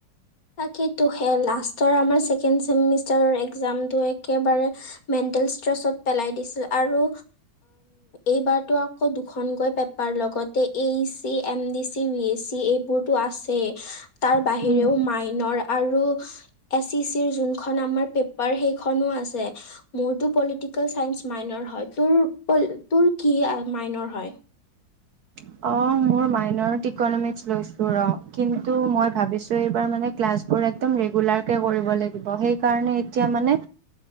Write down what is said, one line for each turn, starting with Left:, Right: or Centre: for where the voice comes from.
Left: তাকেইটো লাষ্টৰ আমাৰ ছেকেণ্ড চেমিষ্টাৰৰ একজামটো একেবাৰে মেন মেনতেল ট্ৰেছত পেলাই দিছিল আৰু এইবাৰটো আকৌ দুখন কৈ পেঁপাৰ লগ আগতে A C M D C B A C এইবোৰতো আছে তাৰ
Right: উম
Left: বাহিৰেও মাই আৰু এ চি চি যোনখন আমাৰ পেঁপাৰ সেইখনো আছে মূৰটো পলিটিকেল চাইন্স মাইনৰ হয় তোৰ কি মাইনৰ হয়।
Right: অ', মোৰ মাইনৰত ইকনমিক্স লৈছো ৰ কিন্তু মই ভাবিছো এইবাৰ মানে ক্লাছবোৰ একদম লেগুলাৰ কে কৰিব লাগিব সেইকাৰণে এতিয়া মানে